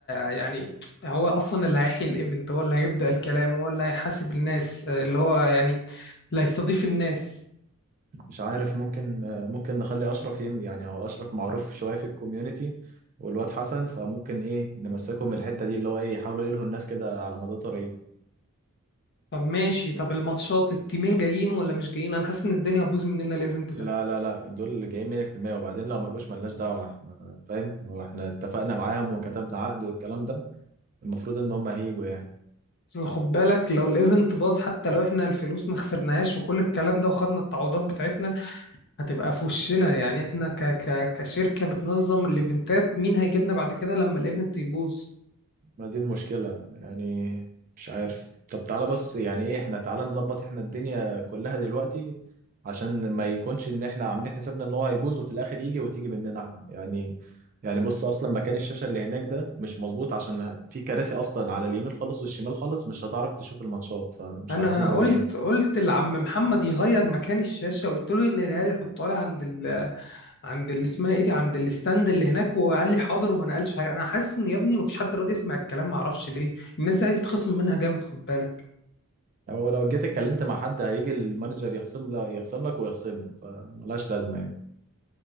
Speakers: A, on the left; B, on the right.
A: يعني هو اصلا اللي هيحيي الايفنت هو اللي هيبدأ الكلام هو اللي هيحاسب الناس آه، اللي هو يعني اللي هيستضيف الناس
B: مش عارف ممكن ممكن نخلي اشرف يم يعني هو اشرف معروف شويه في الكوميونتي والواد حسن فممكن ايه نمسكهم من الحته دي اللي هو ايه يحاولوا يلهوا الناس كده على مدى طريق
A: طب ماشي طب الماتشات التيمين جايين ولا مش جايين انا حاسس ان الدنيا هتبوظ مننا الايفنت
B: لا
A: ده
B: لا لا دول اللي جايين 100% وبعدين لو ما جوش ملناش دعوه احنا فاهم هو احنا اتفقنا معاهم وكتبنا عقد والكلام ده المفروض ان هم هيجوا يعني
A: بس خد بالك لو الايفنت باظ حتى لو احنا الفلوس ما خسرناهاش وكل الكلام ده وخدنا التعويضات بتاعتنا هتبقى في وشنا يعني احنا ك ك كشركة بتنظم الايفنتات مين هيجيبنا بعد كده لما الايفنت يبوظ
B: ما دي المشكلة يعني مش عارف طب تعالى بس يعني ايه احنا تعالى نظبط احنا الدنيا كلها دلوقتي عشان ما يكونش ان احنا عاملين حسابنا ان هو هيبوظ وفي الاخر يجي وتيجي مننا احنا يعني يعني بص اصلا مكان الشاشة اللي هناك ده مش مظبوط عشان في كراسي اصلا على اليمين خالص والشمال خالص مش هتعرف تشوف الماتشات فمش
A: انا
B: عارف نعمل
A: قلت
B: ايه هنا
A: قلت لعم محمد يغير مكان الشاشه قلت له ينقلها لي يحطها لي عند ال عند اللي اسمها ايه دي عند الستاند اللي هناك وقال لي حاضر وما نقلش حاجه انا حاسس ان يا ابني مفيش حد راضي يسمع الكلام ما اعرفش ليه الناس دي عايزه تخصم منها جامد خد بالك
B: يعني هو لو جيت اتكلمت مع حد هيجي المانجر يخصم لك يخصم لك ويخصم له فملهاش لازمة يعني